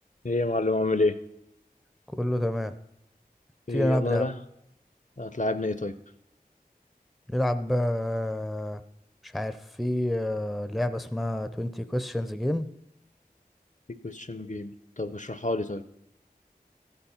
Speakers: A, on the left; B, in the centre.
A: ايه يا معلم عامل ايه؟
B: كله تمام تيجي
A: ايه
B: نلعب
A: يلا
B: لعبة
A: انا بقى هتلعبنا ايه طيب؟
B: نلعب آه، مش عارف في آه، لعبة اسمها 20 questions game
A: في كويستشن جيم طب اشرحها لي طيب